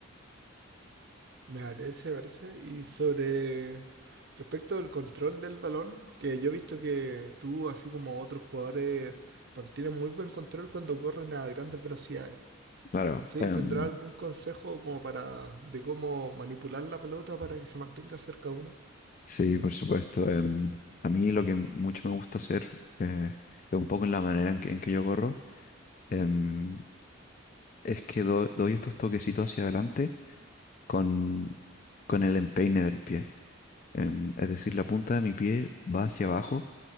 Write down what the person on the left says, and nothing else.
Claro,
em,
sí, por supuesto. em, a mí lo que mucho me gusta hacer eh, es un poco en la manera en que, en que yo corro, em, es que do- doy estos toquecitos hacia adelante con, con el empeine del pie. em, es decir, la punta de mi pie va hacia abajo,